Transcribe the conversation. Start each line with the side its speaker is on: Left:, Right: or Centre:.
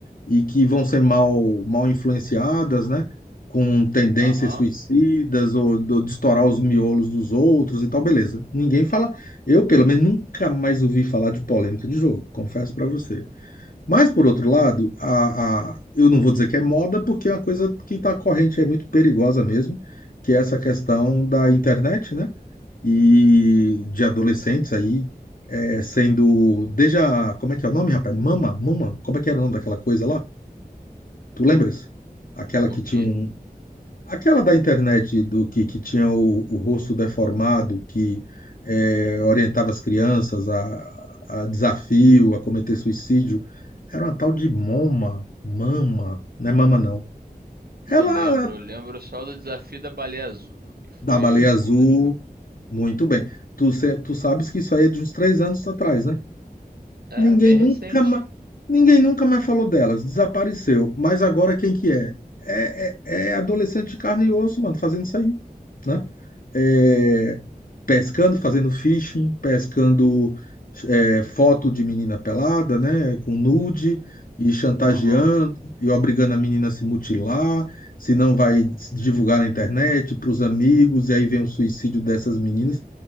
Left: e que vão ser mal, mal influenciadas, né? Com tendências
Right: aham.
Left: suicidas ou do, de estourar os miolos dos outros e tal, beleza. Ninguém fala. Eu, pelo menos, nunca mais ouvi falar de polêmica de jogo, confesso para você. Mas, por outro lado, a, a, eu não vou dizer que é moda, porque é uma coisa que está corrente, é muito perigosa mesmo, que é essa questão da internet, né? E de adolescentes aí é, sendo. Desde a. Como é que é o nome, rapaz? Mama? Mama? Como é que era o nome daquela coisa lá? Tu lembras? Aquela
Right: O
Left: que
Right: quê?
Left: tinha um, Aquela da internet do que, que tinha o, o rosto deformado, que eh, orientava as crianças a, a desafio, a cometer suicídio, era uma tal de Moma, Mama, não é Mama não.
Right: Não
Left: Ela
Right: lembro, eu lembro só do desafio da baleia azul, que foi
Left: da Baleia Azul,
Right: um dos jogos.
Left: muito bem. Tu, se- tu sabes que isso aí é de uns três anos atrás, né?
Right: É,
Left: Ninguém
Right: bem
Left: nunca
Right: recente.
Left: mais, ninguém nunca mais falou delas, desapareceu. Mas agora quem que é? É, é- é adolescente de carne e osso, mano, fazendo isso aí, né? É, pescando, fazendo fishing, pescando é, foto de menina pelada, né, com nude, e chantageando,
Right: Aham,
Left: e obrigando a menina a se mutilar, se não vai divulgar na internet, para os amigos, e aí vem o suicídio dessas meninas.